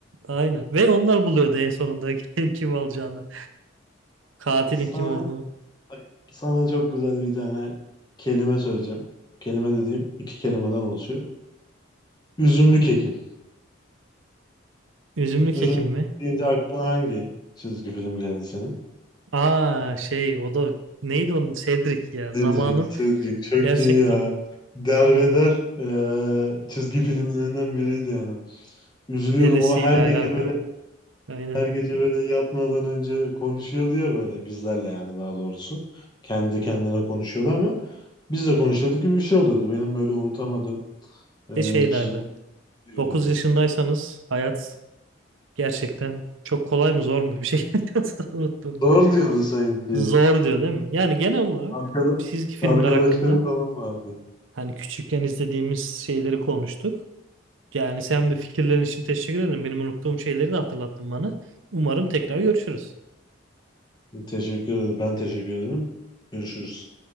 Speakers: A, on the right; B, on the left.
A: Aynen. Ve onlar buluyordu en sonunda <laughs> kim, kim alacağını. Katilin
B: Sana
A: kim olduğunu.
B: sana çok güzel bir tane kelime söyleyeceğim. Kelime dediğim iki kelimeden oluşuyor. Üzümlük Ekim.
A: Üzümlü kekim
B: Üzümlük
A: mi?
B: Ekim deyince aklına hangi çizgi film geldi senin?
A: Aa şey o da neydi onun Cedric ya. Zamanın
B: Cedric, Cedric çok
A: gerçekten
B: iyi ya. Derbeder eee çizgi filmlerinden biriydi yani. Üzülüyordum
A: dedesiyle
B: o her gece
A: alaka.
B: böyle
A: Aynen.
B: her gece böyle yatmadan önce konuşuyordu ya böyle bizlerle yani daha doğrusu. Kendi kendine konuşuyordu ama biz de konuşuyorduk gibi bir şey oluyordu. Benim böyle unutamadığım eee
A: Ne şey
B: çizgi
A: derdi.
B: film
A: 9 yaşındaysanız hayat gerçekten çok kolay mı zor mu bir şey <laughs> unuttum.
B: Zor diyordu sanki.
A: Zor diyor değil mi? Yani genel olarak
B: Arkada,
A: çizgi filmler
B: arkadaşları
A: hakkında
B: falan vardı.
A: hani küçükken izlediğimiz şeyleri konuştuk. Yani sen de fikirlerin için teşekkür ederim. Benim unuttuğum şeyleri de hatırlattın bana. Umarım tekrar görüşürüz.
B: Teşekkür ederim. Ben teşekkür ederim. Görüşürüz.